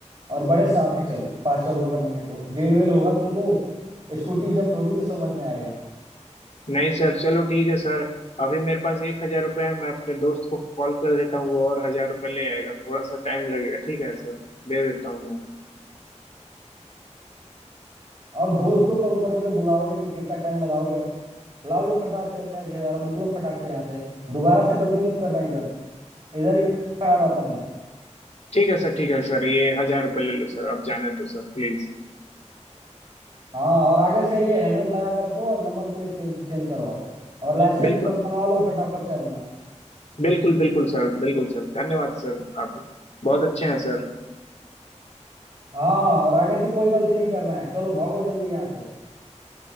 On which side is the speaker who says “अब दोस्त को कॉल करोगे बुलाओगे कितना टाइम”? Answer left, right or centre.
Right